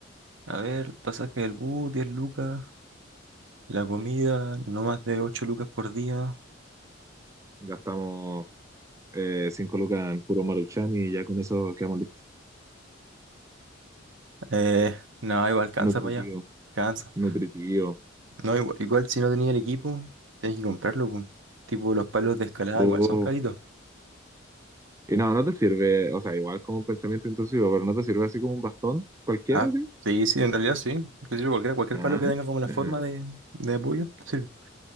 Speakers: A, on the right (about 70°); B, on the right (about 15°).
A: A ver, el pasaje del bus, 10 lucas. La comida, no más de 8 lucas por día.
B: Gastamos eh, cinco lucas en puro Maruchan y ya con eso quedamos listos.
A: Eh, no, igual cansa
B: Nutritivo,
A: para allá. Cansa.
B: nutritivo.
A: No, igual, igual si no tenía el equipo, tenés que comprarlo, po. Tipo, los palos de escalada
B: Oh.
A: igual son caritos.
B: Y no, no te sirve, o sea, igual como un pensamiento intrusivo, pero no te sirve así como un bastón cualquiera,
A: Ah,
B: ¿sí?
A: sí, sí, en realidad sí. Te sirve cualquiera, cualquier
B: Ah,
A: palo que tenga como la forma
B: ah.
A: de, de apoyo, te sirve.